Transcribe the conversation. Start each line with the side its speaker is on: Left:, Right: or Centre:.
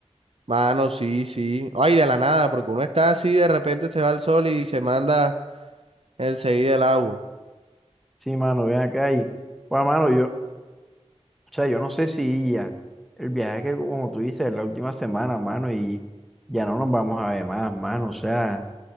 Right: Mano, sí, sí. Ay, de la nada, porque uno está así, de repente se va el sol y se manda enseguida el agua.
Centre: Sí, mano, ven acá y, pues, mano, yo, O sea, yo no sé si ya el viaje que, como tú dices, es la última semana, mano, y ya no nos vamos a ver más, mano. O sea,